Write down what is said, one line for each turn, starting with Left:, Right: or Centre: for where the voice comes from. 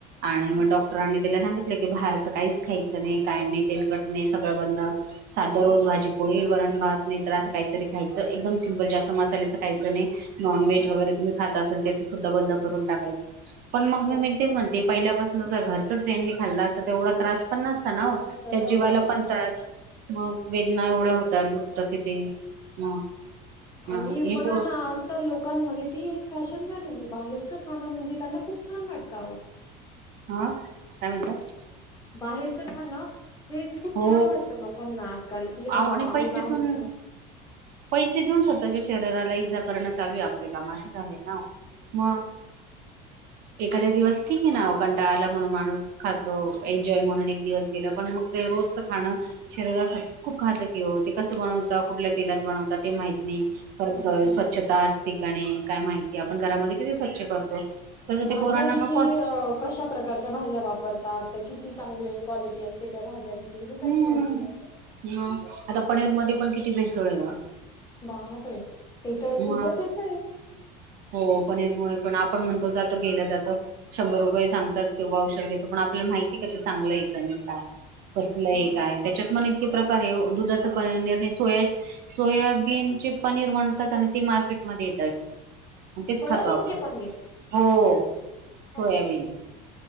Right: आणि
Left: हम्म
Right: मग डॉक्टरांनी त्याला सांगितले. भाहेचं काहीच खायचं नाही काही नाही तेलकट नाही सगळं बंद साध्या रोज
Left: हो
Right: भाजीपोळी वरण भात नाही तर असं काहीतरी खायचं एकदम सिम्पल जास्त मसाल्याच खायचं नाही नॉव्जगैरेुम्ही
Left: हो
Right: खाता असल सुद्धा बंद करून टाकायच. पण मग
Left: हो
Right: मी मिणतेच
Left: का
Right: म्हणते पहिल्यापासून ज घरच जेनी खाल्लं अस तेवढ त्र पन्नासता ना हो
Left: मस्त
Right: त्या
Left: झाला
Right: जीवायला
Left: हो
Right: पण त्रास मग वेदना एवढ्या होतात दुपत किती हा हा
Left: आणि
Right: हे
Left: बघा
Right: पोर
Left: ना आजकाल लोकांमध्ये ती एक फॅशन झालेली बाहेर खाण म्हणजे त्यांना खूप छान वाटतं.
Right: हा काय म्हणतात
Left: बाहेरचं खा ना हे खूप
Right: हो
Left: छान वाटतं लोकांना आजकाल कि
Right: आव
Left: हा
Right: आणि
Left: आम्ही
Right: पैसेतून
Left: बाहेर जाऊ
Right: पैसे देऊन <unintelligible> करणं चालू आहे आपले काम असं झालेय ना मग, एखादे दिवस ठीके ना ओ कंटाळा आला म्हणून माणूस खातो एन्जॉय म्हणून एक दिवस गेला पण मग ते रोजच खाणं शरीरासाठी खूप घातक ते कसं बनवता कुठल्या तेलात बनवता ते माहित नाही परत
Left: माहिती
Right: स्वच्छता ठिकाणी काय माहिती आपण घरामध्ये किती स्वच्छ करतो तसं
Left: भाज्या
Right: ते पोरांना
Left: किती
Right: नकोच
Left: कशा प्रकारच्या भाज्या वापरतात त्या किती चांगले क्वालिटी असते त्या भाज्यांची हे काहीच
Right: हम्म
Left: माहिती नाही ना.
Right: ह आता पनीर मध्ये पण किती भेसळ आहे ओ
Left: बापरे ते तर
Right: म
Left: खूपच येतंय.
Right: हो पनीर मुळे पण आपण म्हणतो जातो गेला जातो शंभर रुपये सांगतात किंवा औषध घेतो पण आपल्याला माहितीय का ते चांगलं आहे नाही काय कसलं
Left: मग
Right: एक आहे त्याच्यात पण एक किती प्रकारे ओ दुधाच पनीर आणि सोया सोयाबीनचे पनीर बन तात आणि ते मार्केटमध्ये येताय तेच
Left: सोयाबीनचे
Right: खातो आपण,
Left: पनीर.
Right: हो सोयाबीन
Left: हो का?